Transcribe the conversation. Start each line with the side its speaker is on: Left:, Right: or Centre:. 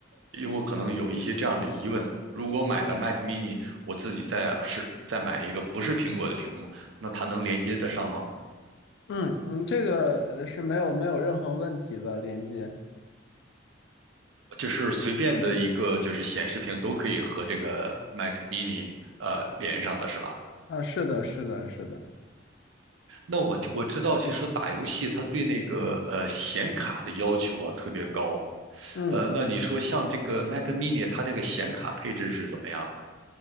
Right: 因为我可能有一些这样的疑问，如果买了 Mac mini，我自己再是再买一个不是苹果的屏幕，那它能连接得上吗？
Left: 嗯嗯，这个呃是没有没有任何问题的连接。
Right: 就是随便的一个就是显示屏都可以和这个 Mac Mini 呃连上的是吧？
Left: 啊，是的，是的，是的。
Right: 那我我知道，就是说打游戏它对那个呃显卡的要求啊特别高。
Left: 嗯
Right: 呃，那你说像这个 Mac Mini，它这个显卡配置是怎么样的？